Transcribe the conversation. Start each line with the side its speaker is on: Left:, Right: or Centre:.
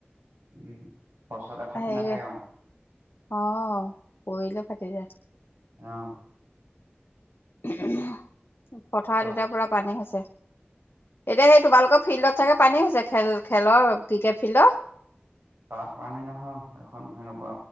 Right: উম <inaudible> ফাটি
Left: হেৰি
Right: নাথাকে মানে
Left: অ' পৰিলে পাতি যায়।
Right: আহ
Left: উ <inaudible> <inaudible> পথাৰত
Right: সেইটো
Left: এতিয়া পুৰা পানী হৈছে। এতিয়া সেই তোমালোকৰ ফিল্ডত চাগে পানী হৈছে খেল খেলৰ ক্ৰিকেট ফিল্ডত।
Right: তাত পানী নহয় এখন সেনেকুৱা